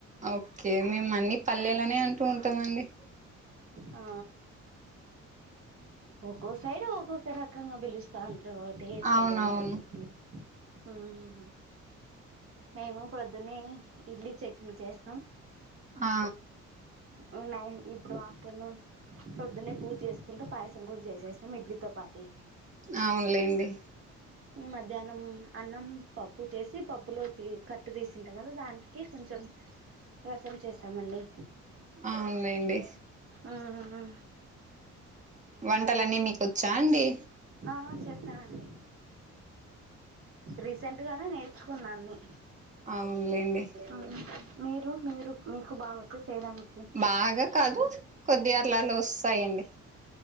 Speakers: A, on the right; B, on the right.
A: ఓకే మేము అన్ని పల్లెలనే అంటూ ఉంటామండి
B: ఆ ఒక్కొ సైడ్ ఒక్కొక్క రకంగా పిలుస్తా ఉంటరు ఒకటే సైడ్
A: అవునవును
B: ఉండపుడు ఆ ఆ మేము ప్రొద్దునే ఇడ్లీ చట్నీ చేస్తాం
A: ఆ
B: ఉన్నాయి ఇప్పుడు ఆఫ్టర్నూన్ పొద్దున్నే పూజ చేసుకుంటూ పాయసం కూడా చేసేసినాం ఇడ్లీతో పాటే
A: అవునులేండి
B: మధ్యాహ్నం అన్నం పప్పు చేసి పప్పులో కట్టు తీసింటాం కదా దానికి కొంచెం రసం చేసామండి
A: ఆవును లేండి
B: ఆ ఆ
A: వంటలన్నీ మీకు వచ్చా అండి
B: ఆ చేస్తానండి రీసెంట్ గానే నేర్చుకున్నా అన్ని
A: అవునులేండి
B: ఆ మీరు మీరు మీకు బాగా వచ్చా చేయడానికి
A: బాగా కాదు కొద్దిగా అట్లా అలా వస్తాయండి